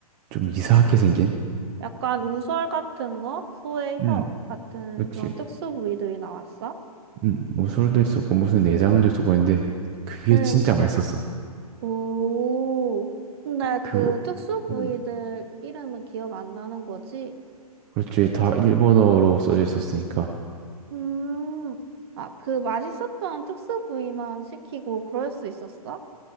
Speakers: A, on the right (about 25°); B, on the right (about 40°).
A: 좀 이상하게 생긴?
B: 약간 우설 같은 거? 소의 혀
A: 음,
B: 같은
A: 그렇지.
B: 그런 특수 부위들이 나왔어?
A: 음, 무술도 있었고 무슨 내장도 있었고 했는데 그게
B: 응.
A: 진짜 맛있었어.
B: 오, 근데
A: 그
B: 그 특수 부위들
A: 음.
B: 이름은 기억 안 나는 거지?
A: 그렇지. 다 일본어로 써져 있었으니까.
B: 음, 아, 그 맛있었던 특수 부위만 시키고 그럴 수 있었어?